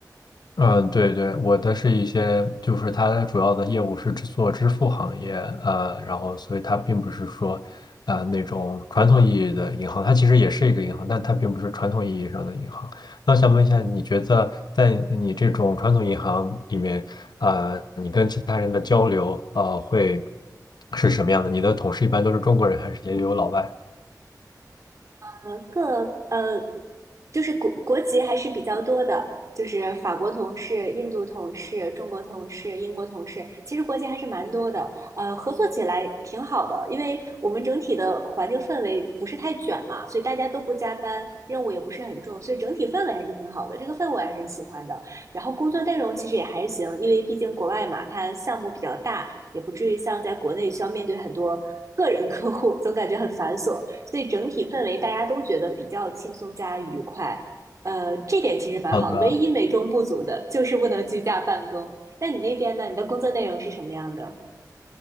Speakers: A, on the left (about 80°); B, on the right (about 50°).
A: 嗯，对对，我的是一些，就是它的主要的业务是支做支付行业，呃，然后所以它并不是说，呃，那种传统意义的银行，它其实也是一个银行，但它并不是传统意义上的银行。那想问一下，你觉得在你这种传统银行里面，呃，你跟其他人的交流，呃，会是什么样的？你的同事一般都是中国人，还是也有老外？
B: 呃，各呃，就是国国籍还是比较多的，就是法国同事、印度同事、中国同事、英国同事，其实国籍还是蛮多的。呃，合作起来挺好的，因为我们整体的环境氛围不是太卷嘛，所以大家都不加班，任务也不是很重，所以整体氛围还是挺好的。这个氛围我还是很喜欢的。然后工作内容其实也还行，因为毕竟国外嘛，它项目比较大，也不至于像在国内需要面对很多个人客户，总感觉很繁琐。所以整体氛围大家都觉得比较轻松加愉快。呃，这点其实蛮好的，
A: 好的，
B: 唯一美中不足的就是不能居家办公。那你那边呢？你的工作内容是什么样的？